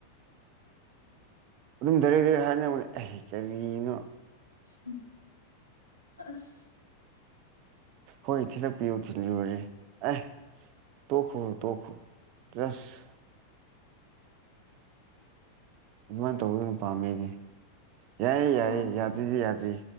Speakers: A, on the right; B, on the left.
A: ꯑꯗꯨꯝ ꯙꯔꯦꯛ ꯙꯔꯦꯛ ꯍꯥꯏꯅꯧꯅꯦ ꯑꯩ ꯀꯔꯤꯅꯣ
B: ꯎꯝ ꯑꯁ
A: ꯍꯣꯏ ꯊꯤꯜꯂꯛꯄꯤꯌꯨ ꯊꯤꯜꯂꯨꯔꯦ ꯑꯦ ꯇꯣꯛꯈꯣ ꯇꯣꯈ꯭ꯔꯣ ꯇ꯭ꯔꯁ ꯑꯗꯨꯃꯥꯏ ꯇꯧꯕꯗꯨꯅ ꯄꯥꯝꯃꯦ ꯑꯗꯤ ꯌꯥꯏꯌꯦ
B: ꯑꯣ
A: ꯌꯥꯏꯌꯦ ꯌꯥꯗꯦꯗꯤ ꯌꯥꯗꯦ